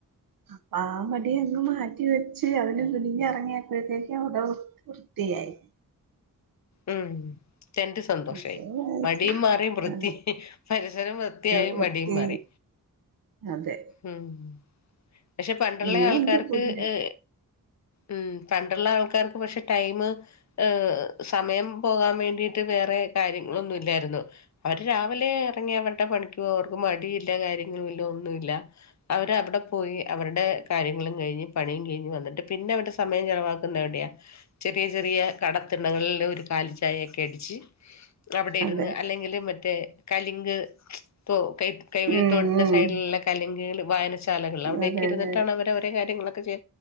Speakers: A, on the right (about 75°); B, on the left (about 50°).
A: അപ്പ ആ മടി അങ്ങ് മാറ്റി വെച്ച് അതിന് തുനിഞ്ഞ് ഇറങ്ങിയപ്പോഴത്തേക്ക് ഓരോ വൃത്തിയായി
B: ഉം രണ്ട് സന്തോഷയി
A: അപ്പോ വിചാരിച്ച്
B: മടിയും മാറി വൃത്തി
A: ആഹ്
B: പരിസരം വൃത്തിയായി
A: വൃത്തി
B: മടിയും മാറി
A: അതെ
B: ഉം പക്ഷെ പണ്ടുള്ള
A: ഇനിയുണ്ട്
B: ആൾക്കാർക്ക്
A: പുല്ല്
B: ഇ ഉം പണ്ടുള്ള ആൾക്കാർക്ക് പക്ഷെ ടൈം ഏ സമയം പോകാൻ വേണ്ടിട്ട് വേറെ കാര്യങ്ങളൊന്നും ഇല്ലാരുന്നു പടി രാവിലെ ഇറങ്ങിയ അവരുടെ പണിക്കുപോവറ് ക്ക് മടിമില്ല കാര്യങ്ങളും ഇല്ല ഒന്നുമില്ല അവരവിടെ പോയി അവരുടെ കാര്യങ്ങളും കഴിഞ്ഞ് പണീം കഴിഞ്ഞ് വന്നിട്ട് പിന്നെ അവടെ സമയം ചിലവാക്കന്നെ എവിടെയാ ചെറിയ ചെറിയ കടതി കളിൽ ഒരു കാലി ചായയൊക്കെ അടിച്ച് അവിടെ ഇരുന്ന്
A: അതെ
B: അല്ലെങ്കിൽ മറ്റേ കലിങ്ക് ഇപ്പൊ കൈ കൈവരിത്തോടിന്റെ
A: ഉം ഉം
B: സൈഡിലുള്ള കലങ്കുകളും വയന ശാലകൾ അവിടേക്കെ
A: അതെ
B: ഇരിന്നിട്ടാണ്
A: അതെ
B: അവരഒരെ കാര്യങ്ങളൊക്കെ ചെ